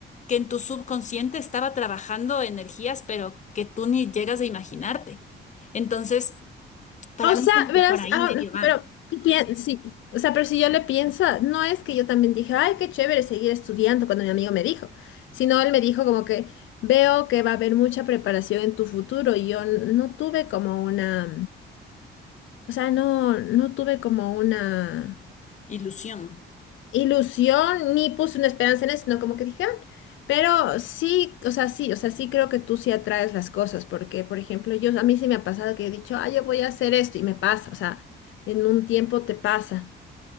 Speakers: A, on the left; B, on the left.
A: que en tu subconsciente estaba trabajando energías, pero que tú ni llegas a imaginarte. Entonces, para
B: O
A: mí
B: sea,
A: como que
B: verás,
A: por ahí
B: ah,
A: medio
B: no,
A: va.
B: pero pien- sí, o sea, pero si yo le pienso, no es que yo también dije, ay, qué chévere seguir estudiando cuando mi amigo me dijo, sino él me dijo como que veo que va a haber mucha preparación en tu futuro y yo n- no tuve como una, o sea, no, no tuve como una
A: Ilusión.
B: ilusión ni puse una esperanza en eso, sino como que dije, "Ah", pero sí, o sea, sí, o sea, sí creo que tú sí atraes las cosas, porque, por ejemplo, yo, a mí sí me ha pasado que he dicho, ah, yo voy a hacer esto y me pasa, o sea, en un tiempo te pasa.